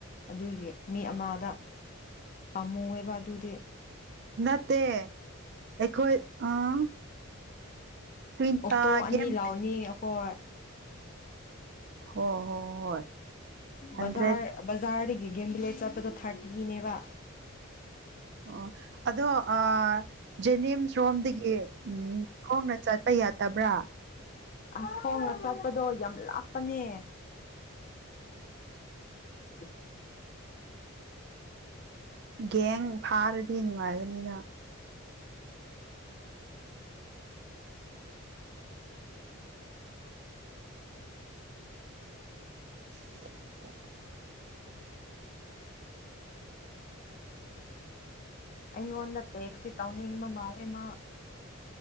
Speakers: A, on the left (about 40°); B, on the right (about 50°).
A: ꯑꯗꯨꯒꯤ ꯃꯤ ꯑꯃꯥꯗ ꯄꯥꯝꯃꯨꯑꯦꯕ꯫ ꯃꯗꯤ
B: ꯅꯠꯇꯦ ꯑꯩꯈꯣꯏ ꯑꯥ ꯇ꯭ꯋꯦꯟ
A: ꯑꯣꯛꯇꯣ
B: ꯑꯥ
A: ꯑꯅꯤ
B: ꯒꯦꯝ
A: ꯂꯥꯎꯅꯤ ꯑꯩꯈꯣꯏ꯫
B: ꯍꫭ ꯍꯣ ꯍꫭ ꯍꯣꯏ꯫ ꯍꯟꯗ꯭ꯔꯦꯠ
A: ꯕꯖꯥꯔ ꯕꯖꯥꯔꯗꯒꯤ ꯒꯦꯝ ꯚꯤꯂꯦꯖ ꯆꯠ ꯑꯗꯨꯗꯣ ꯊꯥꯔꯇꯤꯒꯤꯅꯦꯕ꯫
B: ꯑꯣ ꯑꯗꯣ ꯑ ꯖꯦꯅꯤꯝꯁ ꯔꯣꯝꯗꯒꯤ ꯎꯝ ꯈꫭꯡꯅ ꯆꯠꯄ ꯌꯥ ꯇꯕ꯭ꯔꯥ
A: ꯑ ꯈꯣꯡꯅ ꯆꯠꯄꯗꯣ ꯌꯥꯝ ꯂꯥꯞꯄꯅꯦ꯫ <unintelligible>
B: ꯒꯦꯡ ꯐꯥꯔꯗꯤ ꯅꯨꯡꯉꯥꯏꯒꯅꯤꯅ꯫ <unintelligible>
A: ꯑꯩꯉꯣꯟꯗ ꯇꯦꯛꯇꯨ ꯇꯧꯅꯤꯡꯕ ꯃꯥꯂ ꯃꯥ